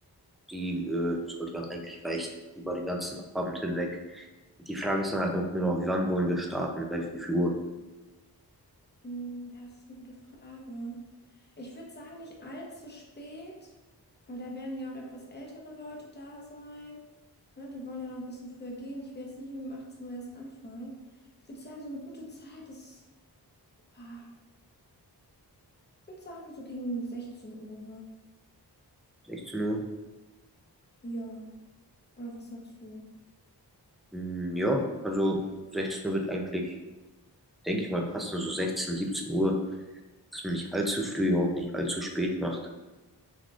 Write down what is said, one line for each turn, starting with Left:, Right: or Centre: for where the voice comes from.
Centre: die äh, sollte dann eigentlich reichen über den ganzen Abend hinweg. Die Frage ist dann halt noch nur noch, wie wann wollen wir starten? Gleich wie viel Uhr?
Left: hm, ja, das ist eine gute Frage. Ich würde sagen, nicht allzu spät, weil da werden ja auch etwas ältere Leute da sein. Ne, die wollen ja noch ein bisschen früher gehen. Ich will jetzt nicht irgendwie um 18 Uhr erst anfangen. Ich würde sagen, so eine gute Zeit ist, ah, ich würde sagen, so gegen 16 Uhr.
Centre: 16 Uhr?
Left: Ja, oder was sagst du?
Centre: Hm, ja, also 16 Uhr wird eigentlich, denke ich mal, passen, so 16, 17 Uhr, dass man nicht allzu früh, auch nicht allzu spät macht.